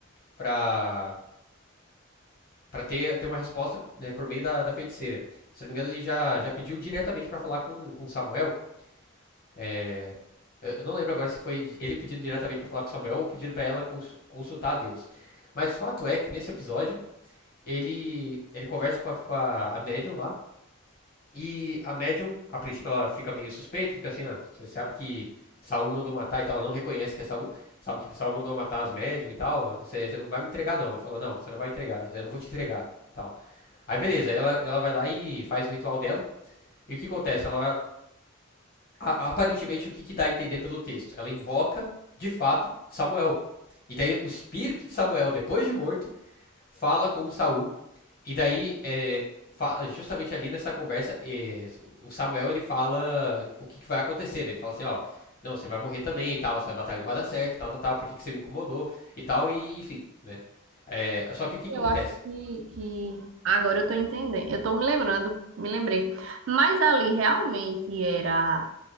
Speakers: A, on the left; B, on the right.
A: pra, pra ter, ter uma resposta né, por meio da, da feiticeira. Se não me engano, ele já, já pediu diretamente pra falar com, com Samuel, É, eu não lembro agora se foi ele pedindo diretamente pra falar com Samuel ou pedindo pra ela cons- consultar a Deus. Mas o fato é que nesse episódio, ele ele conversa com a, com a, a médium lá. E a médium, a princípio, ela fica meio suspeita, fica assim, ah, você sabe que Saul mandou matar e tal, ela não reconhece que é Saul, sabe que Saul mandou matar as médium e tal, você você não vai me entregar não. Ela falou, não, você não vai entregar, eu não vou te entregar, tal. Aí beleza, ela, ela vai lá e faz o ritual dela. E o que acontece? Ela a- aparentemente, o que, que dá a entender pelo texto? Ela invoca, de fato, Samuel. E daí o espírito de Samuel, depois de morto, fala com Saul. E daí, é, justamente ali nessa conversa, é, o Samuel ele fala o que, que vai acontecer, né? Ele fala assim, ó, não, você vai morrer também e tal, essa batalha não vai dar certo e tal, tal, tal, por que, que você me incomodou e tal, e enfim, né? É, só que o que que
B: Eu
A: acontece?
B: acho que, que agora eu tô entendendo. Eu tô me lembrando, me lembrei. Mas ali realmente era